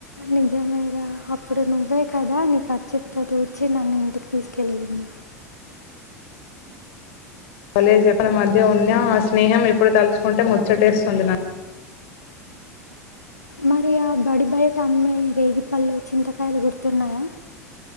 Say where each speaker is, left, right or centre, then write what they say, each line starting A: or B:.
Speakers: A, on the left; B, on the left.
A: నిజమే ర అప్పుడు నువ్వే కదా నీ ఖర్చిఫ్ తో తూడ్చి నన్ను ఇంటికి తీసుకెళ్ళింది
B: కాలేజ్ ఎప్పుడు మధ్య ఉన్నా ఆ స్నేహం ఇప్పుడు తలుచుకుంటే ముచ్చటేస్తుంది నా
A: మరి ఆ బడి బయట అమ్మే రేగిపళ్ళు చింతకాయలు గుర్తున్నాయ